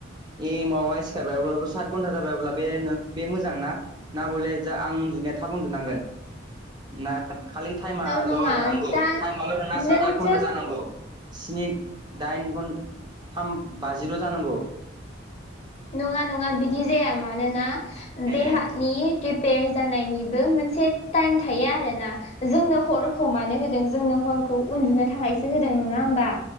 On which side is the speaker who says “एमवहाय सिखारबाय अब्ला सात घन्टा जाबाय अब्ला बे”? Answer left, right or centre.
Right